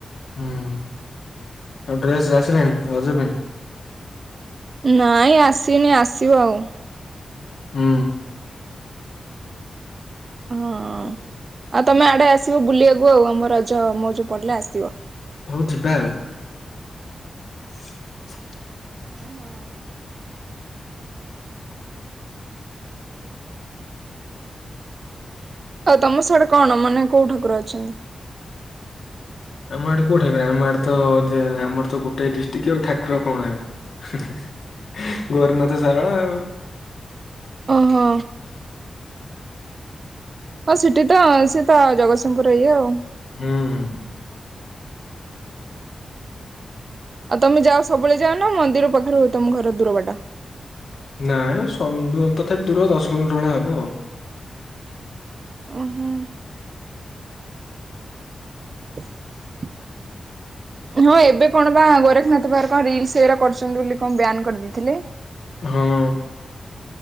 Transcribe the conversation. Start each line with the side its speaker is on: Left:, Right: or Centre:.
Left: ହୁଁ ଆଉ ଡ୍ରେସ୍ ଆସିଲାଣି ରଜ ପାଇଁ?
Right: ନାଇଁ ଆସିନି ଆସିବଉ।
Left: ହୁଁ
Right: ହଁ
Left: ହ <inaudible>
Right: ଆଉ ତମେ ଆଡ଼େ ଆସିବ ବୁଲିବାକୁ ଆଉ ଆମ ରଜ ମଉଜ ପଡ଼ିଲେ ଆସିବ।
Left: ହଉ ଯିବାଉ। ହ <unintelligible>
Right: ହଁ। ଆଉ ତମ ସାଡେ କଣ ମାନେ କୋଉ ଠାକୁର ଅଛନ୍ତି?
Left: ଆମ ଆଡେ କୋଉ ଠାକୁର ଆମ ଆଡେ ତ ଯେ ଆମର ତ ଗୋଟେ ଡିଷ୍ଟ୍ରିକ୍ଟ ଉ ଠାକୁର କଣ ଆମ ଗୋରେନାଥ ସାରଳା ଉ
Right: ଓହୋ ହଁ ସିଠି ତ ସିଏ ତ ଜଗତସିଂହପୁର ର ଇଏ ଆଉ।
Left: ହୁଁ ହୁଁ
Right: ଆଉ ତମେ ଯାଅ ସବୁବେଳେ ଯାଅ ନା ମନ୍ଦିର ପାଖରୁ ତମ ଘର ଦୂର ବାଟ?
Left: ନାଇଁ ସମ୍ ବୁ ତଥାପି ଦୂର ଦଶ କିଲୋମିଟର ଭଳିଆ ହବଉ।
Right: ଓହୋ ହ <unintelligible> ହଁ ଏବେ କଣ ବା ଗୋରେଖ୍ ନାଥ ପାଖରେ କଣ ରିଲ୍ ସି ଏଗରା କରୁଛନ୍ତି ବୋଲି କଣ ବ୍ୟାନ୍ କରିଦେଇଥିଲେ।
Left: ହଁ।